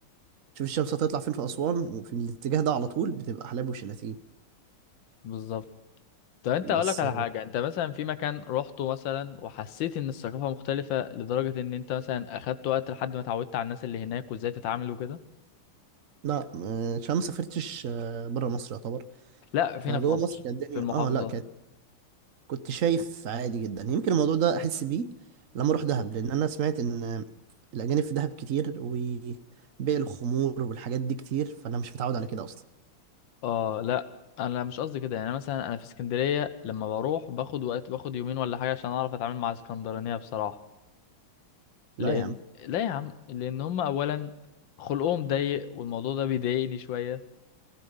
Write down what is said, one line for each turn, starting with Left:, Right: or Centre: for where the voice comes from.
Right: شوف الشمس هتطلع فين في اسوان وفي الاتجاه ده على طول بتبقى حلايب وشلاتين
Left: بالظبط طب انت
Right: بس
Left: اقول لك على حاجه انت مثلا في مكان روحته مثلا وحسيت ان الثقافه مختلفه لدرجه ان انت مثلا اخدت وقت لحد ما اتعودت على الناس اللي هناك وازاي تتعامل وكده
Right: لا م- عشان ما سافرتش بره مصر يعتبر
Left: لا فينا
Right: فجوه
Left: في مصر
Right: مصر كانت الدنيا
Left: في المحافظات
Right: اه لا كانت كنت شايف عادي جدا يمكن الموضوع ده احس بيه لما اروح دهب لان انا سمعت ان الاجانب في دهب كتير وبيع الخمور والحاجات دي كتير فانا مش متعود على كده اصلا
Left: اه لا انا مش قصدي كده يعني مثلا انا في اسكندريه لما بروح باخد وقت باخد يومين ولا حاجه عشان اعرف اتعامل مع اسكندرانيه بصراحه لان
Right: لا يا عم
Left: لا يا عم لان هم اولا خلقهم ضيق والموضوع ده بيضايقني شويه